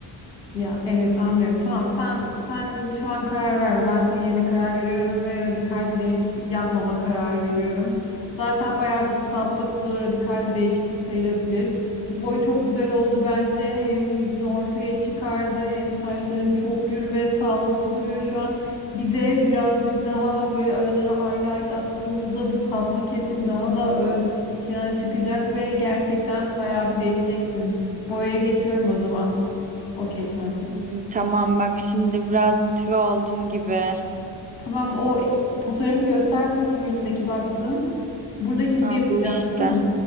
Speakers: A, on the left; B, on the right.
A: Ya evet anlıyorum. Tamam sen sen şu an karar verme. Ben senin yerine karar veriyorum ve radikal bir değişiklik yapmama kararı veriyorum. Zaten bayağı bir kısalttık. Bu da radikal bir değişiklik sayılabilir. Bu boy çok güzel oldu bence. Hem yüzünü ortaya çıkardı, hem saçların çok gür ve sağlıklı duruyor şu an. Bir de birazcık daha böyle aralara highlight attığımızda bu katlı kesim daha da ön plana çıkacak ve gerçekten bayağı bir değişeceksin. Boyaya geçiyorum o zaman. Okey sen.
B: İyi, tamam bak şimdi biraz motive oldum gibi.
A: Tamam o fotoğrafı göster bakayım elindeki baktığın. Buradaki gibi
B: Ha,
A: yapacağım
B: bu işte.
A: değil mi?